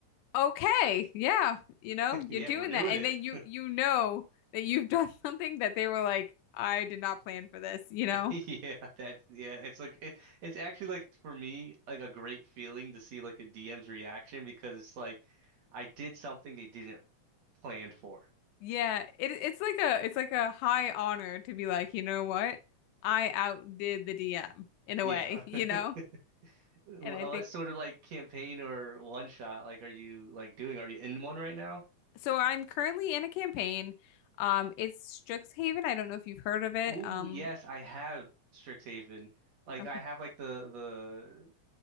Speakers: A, on the left; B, on the right.
A: okay, yeah, you know, you're
B: Yeah,
A: doing
B: we're doing
A: that. And
B: it.
A: then you
B: <laughs>
A: you know that you've <laughs> done something that they were like, I did not plan for this, you
B: <laughs>
A: know?
B: Yeah, that's yeah. It's like it, it's actually like for me like a great feeling to see like a DM's reaction because it's like I did something they didn't plan for.
A: Yeah, it it's like a it's like a high honor to be like, you know what? I outdid the DM in a
B: Yeah.
A: way, <laughs> you
B: <laughs>
A: know?
B: Wh-
A: And I
B: What
A: think
B: sort of like campaign or one shot like are you like doing? Are you in one right now?
A: so I'm currently in a campaign. Um, it's Strixhaven. I don't know if you've heard of it.
B: Ooh,
A: Um,
B: yes, I have Strixhaven. Like
A: okay.
B: I have like the